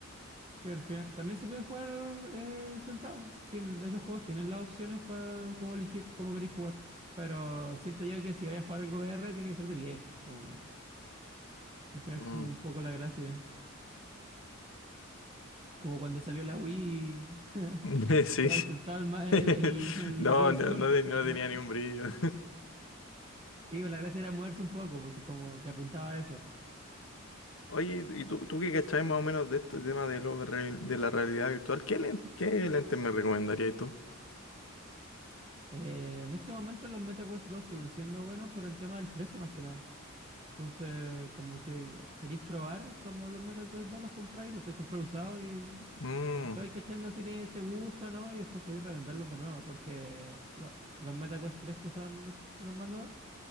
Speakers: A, on the right; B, on the left.
A: Pero al final, también se puede jugar eh, sentado. Tien- esos juegos tienen las opciones para cómo elegir cómo queréis jugar. Pero siento yo que si vais a jugar algo VR, tiene que ser de pie. Como- al final
B: Mm.
A: es como un poco la gracia. Como cuando salió la Wii, <laughs>
B: <laughs> Sí.
A: jugáis sentado el, ma-
B: <laughs>
A: el, el-
B: No,
A: el Wii Sport.
B: no, no, te- no
A: ¿no?
B: tenía ni un brillo. <laughs>
A: Sí, pues, la gracia era moverse un poco, pues y como que apuntaba a eso.
B: Oye, ¿y tú, tú qué cachabas más o menos de este tema de, lo real- de la realidad virtual? ¿Qué, len- qué lente me recomendarías tú?
A: Eh, en este momento los Meta Quest 2 siguen siendo buenos por el tema del precio más que nada. Entonces, como si queréis probar como los Meta Quest 2 los compráis, los podéis comprar usados y,
B: Mm.
A: y lo vais cachando si te, te gusta o no y después podéis revenderlos de nuevo porque lo- los Meta Quest 3 que son los los más nuevos